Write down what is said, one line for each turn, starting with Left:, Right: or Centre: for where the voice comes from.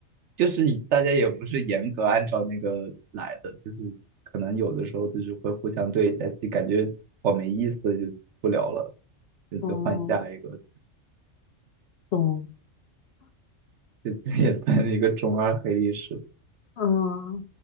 Right: 就是以大家也不是严格按照那个来的，就是可能有的时候就是会互相对一下就感觉好没意思，就不聊了，就就换下一个，
Left: 哦，懂。
Right: 这这 <laughs> 也算是一个中二黑历史。
Left: 嗯，